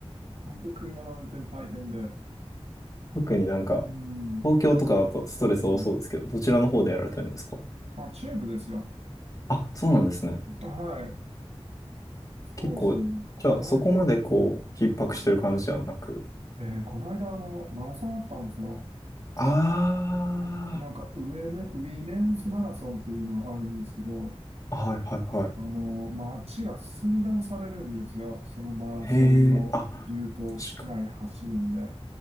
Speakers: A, on the right; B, on the left.
A: 本当車の運転大変で。
B: 特になんか、
A: うん、
B: 東京とかだとストレス多そうですけど、
A: うん。
B: どちらの方でやられてるんですか
A: あ、チューブですよ。
B: あ、そうなんですね。
A: はい。そうですね。
B: 結構、
A: この間、
B: じゃあそこまでこう、
A: うん。
B: 逼迫してる感じじゃなく。
A: うんえーこの間、あの、マラソンあったんですよ。
B: あ
A: なんか、ウェメ、ウィメンズマラソンっていうのがあるんですけど、
B: あ、はいはいはい。
A: あの、街が寸断されるんですよ。そのマラソンのルートを市内走るんで。
B: へえ、あ、確かに。